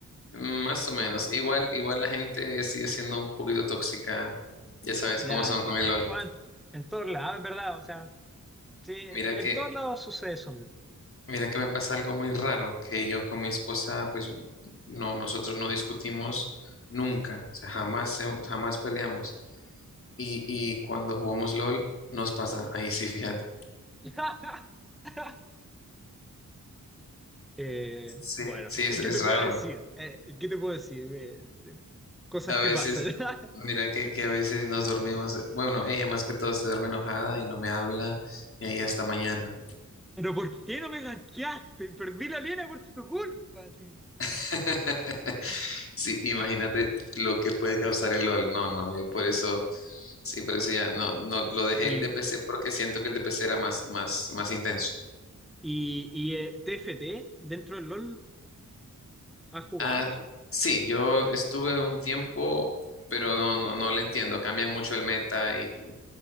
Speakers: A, on the left; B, in the centre.
A: Más o menos. Igual, igual la gente sigue siendo un poquito tóxica. Ya sabes
B: Ya,
A: cómo son con el LOL.
B: bueno, en todos lados, en verdad, o sea, sí, en
A: Mira que,
B: todos lados sucede eso mismo.
A: mira que me pasa algo muy raro, que yo con mi esposa, pues no, nosotros no discutimos nunca, o sea, jamás, hem- jamás peleamos. Y, y cuando jugamos LOL, nos pasa ahí sí, fíjate.
B: <laughs> Eh,
A: Sí,
B: bueno,
A: sí, es,
B: ¿qué te
A: es raro.
B: puedo decir? Eh, ¿qué te puedo decir? Eh, cosas
A: A veces,
B: que pasan. <laughs>
A: mira que, que a veces nos dormimos, bueno, ella más que todo se duerme enojada y no me habla y ahí hasta mañana.
B: Pero ¿por qué no me ganchaste? Perdí la línea por tu culpa. así.
A: <laughs> Sí, imagínate lo que puede causar el LOL. No, no, yo
B: Oh.
A: por eso, sí, por eso ya no, no, lo dejé
B: Y,
A: el DPC porque siento que el DPC era más, más, más intenso.
B: y, y eh, T F T, dentro del LOL, ¿has jugado
A: Ah,
B: eso?
A: sí, yo estuve un tiempo, pero no, no, no le entiendo. Cambian mucho el meta y y